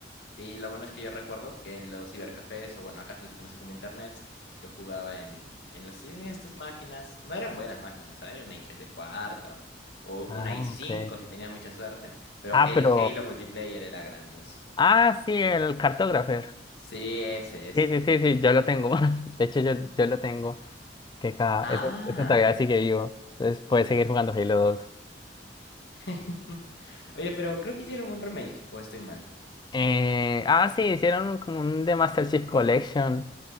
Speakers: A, on the left; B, on the left.
A: y lo bueno es que yo recuerdo que en los cibercafés, o bueno, acá se les conoce como internets, yo jugaba en, en los, en estas máquinas. No eran buenas máquinas, ¿sabes? Era una i tres de cuarta o
B: Ah,
A: una i cinco
B: ok.
A: si tenías mucha suerte, pero
B: Ah,
A: el
B: pero...
A: Halo multiplayer era grandioso.
B: Ah, sí, el cartógrafo.
A: Sí, ese, ese.
B: Sí, sí, sí, sí, ya la tengo. <laughs> De hecho, ya, ya la tengo. Que cada,
A: Ah.
B: es- esta todavía sigue vivo. Entonces puedes seguir jugando Halo 2.
A: <laughs> Oye, pero creo que hicieron un remake, o estoy mal.
B: Eh, ah, sí, hicieron como un The Master Chief Collection.